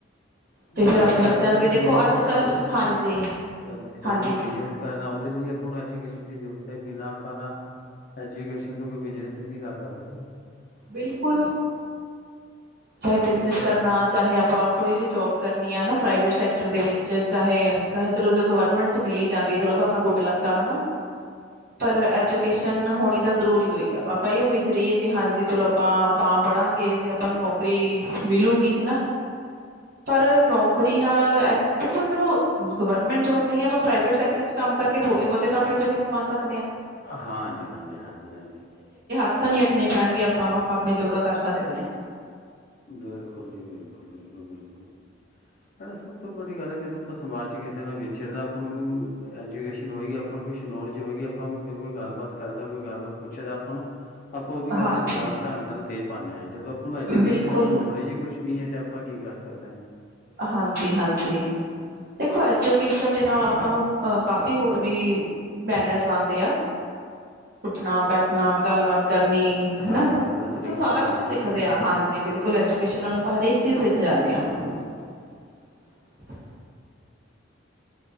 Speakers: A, on the right; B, on the left.
A: ਤੇ ਫਿਰ
B: ਦੇਖੋ
A: ਆਪਣੇ
B: ਲਾਈਫ
A: ਬੱਚਿਆਂ ਨੂੰ
B: ਦੇ
A: ਵੀ ਦੇਖੋ
B: ਜ਼ਰੂਰੀ ਨਹੀਂ
A: ਅੱਜ
B: ਆਪਾਂ
A: ਕੱਲ੍ਹ
B: ਸਰਵਿਸ
A: ਹਾਂਜੀ
B: ਸਰਵਿਸ ਕਰਨਾ
A: ਹਾਂਜੀ
B: ਬਿਜਨੈਸ ਕਰਨਾ ਉਦਾਂ ਲਏ ਵਿ ਅਪਾ ਨੂੰ ਐਜੂਕੇਸ਼ਨ ਦੀ ਜ਼ਰੂਰਤ ਹੈ ਬਿਨਾ ਆਪਾਂ ਐਜੂਕੇਸ਼ਨ ਤੋਂ ਕੋਈ ਬਿਜਨਸ ਵੀ ਨੀ ਕਰ ਸਕਦੇ
A: ਬਿਲਕੁਲ ਚਾਹੇ ਬਿਜਨਸ
B: ਕੋਈ
A: ਕਰਨਾ ਚਾਹੇ ਆਪਾਂ ਕੋਈ ਵੀ ਜੋਬ ਕਰਨੀ ਆ ਹੈ ਨਾ ਪ੍ਰਾਈਵੇਟ ਸੈਕਟਰ ਦੇ ਵਿੱਚ ਚਾਹੇ ਚਾਹੇ ਚਲੋ ਜੋ ਗਵਰਮੈਂਟ 'ਚ ਮਿਲੀ ਜਾਂਦੀ ਹੈ ਚਲੋ ਤਾਂ ਆਪਣਾ ਗੁੱਡ ਲੱਕ ਆ ਹੈ ਨਾ ਪਰ ਐਜੂਕੇਸ਼ਨ ਹੋਣੀ ਤਾਂ ਜ਼ਰੂਰੀ ਹੋਈ ਆ ਆਪਾਂ ਇਹ ਉਮੀਦ 'ਚ ਰਹੀਏ ਕਿ ਹਾਂਜੀ ਚਲੋ ਆਪਾਂ ਤਾਂ ਪੜਾਂਗੇ ਜੇ ਆਪਾਂ ਨੂੰ ਨੌਕਰੀ ਮਿਲੂਗੀ ਹਨਾ ਪਰ ਨੌਕਰੀ ਨਾਲ ਦੇਖੋ ਚਲੋ ਗਵਰਮੈਂਟ ਜੋਬ ਨਹੀਂ ਆਪਾਂ ਪ੍ਰਾਈਵੇਟ ਸੈਕਟਰ ਚ ਕੰਮ ਕਰਕੇ ਥੋੜੇ ਬਹੁਤੇ ਤਾਂ ਆਪਣੇ ਜੋ ਕਮਾ ਸਕ
B: ਹਾਂਜੀ ਹਾਂਜੀ ਹਾਂਜੀ ਹਾਂਜੀ
A: <unintelligible> ਅਟਣੇ ਪੈਣ ਆਪਾਂ ਆਪਾਂ ਨੂੰ ਆਪਾਂ ਆਪਣੀ ਯੋਗਾ ਕਰ ਸਕਦੇ ਹਾਂ
B: ਬਿਲਕੁਲ ਜੀ ਬਿਲਕੁਲ ਬਿਲਕੁਲ ਬਿਲਕੁਲ ਨਾਲੇ ਸਭ ਤੋਂ ਬੜੀ ਗੱਲ ਹੈ ਜਦੋਂ ਸਮਾਜ ਚ ਕਿਸੇ ਨੂੰ ਵਿਛਰਨਾ ਪਾਓ ਐਜੂਕੇਸ਼ਨ ਹੋਏਗੀ ਆਪਾਂ ਨੂੰ ਕੁਛ ਨੌਲੇਜ ਹੋਏਗੀ ਆਪਾਂ ਉਹਨ ਕੋਈ ਗੱਲਬਾਤ ਕਰਦਾ ਕੋਈ ਗੱਲਬਾਤ ਪੁੱਛੇ ਦਾ ਆਪਾਂ ਨੂੰ ਆਪਾਂ ਉਹਦੀ ਗੱਲ
A: ਹਾਂਜੀ।
B: ਜਵਾਬ ਢੰਗ ਨਾਲ ਦੇ ਪਾਉਂਦੇ ਹਾਂ ਜਦੋਂ ਆਪਾਂ ਨੂੰ ਐਜੂਕੇਸ਼ਨ
A: ਬਿਲਕੁਲ।
B: ਆਪਾਂ ਨੌਲੇਜ ਹੀ ਕੁਛ ਨੀ ਹੈ ਤੇ ਆਪਾਂ ਕੀ ਕਰ ਸਕਦੇ ਹਾਂ
A: ਹਾਂਜੀ-ਹਾਂਜੀ, ਦੇਖੋ ਐਜੂਕੇਸ਼ਨ ਦੇ ਨਾਲ ਆਪਾਂ ਨੂੰ ਕਾਫ਼ੀ ਹੋਰ ਵੀ ਮਨਰਜ਼ ਆਉਂਦੇ ਆ ਉੱਠਣਾ ਬੈਠਣਾ ਗੱਲਬਾਤ ਕਰਨੀ
B: ਹਾਂ,
A: ਹਨਾ ਮਲਬ
B: ਗੱਲ ਦਾ ਸਲੀਕਾ
A: ਸਾਰਾ
B: ਢੰਗ
A: ਕੁਝ
B: ਬਿਲਕੁਲ,
A: ਸਿੱਖਦੇ
B: ਬਿਲਕੁਲ।
A: ਆ ਹਾਂਜੀ ਬਿਲਕੁਲ ਐਜੂਕੇਸ਼ਨ ਨਾਲ ਆਪਾਂ ਹਰੇਕ ਚੀਜ਼ ਸਿੱਖ ਹਾਂ <unintelligible>